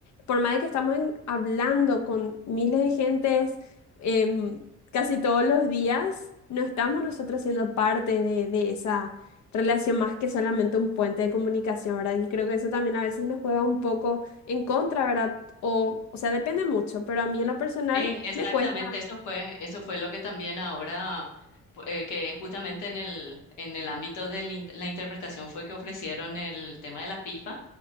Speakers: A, on the left (about 70°); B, on the left (about 85°).
A: por más de que estamos en- hablando con miles de gentes em, casi todos los días, no estamos nosotros siendo parte de, de esa relación más que solamente un puente de comunicación, ¿verdad? Y creo que eso también a veces nos juega un poco en contra, ¿verdad? O, o sea, depende mucho, pero a mí en lo personal
B: Sí, exactamente,
A: me cuesta.
B: eso fue, eso fue lo que también ahora, pu- eh, que justamente en el, en el ámbito de la interpretación fue que ofrecieron el tema de la FIFA,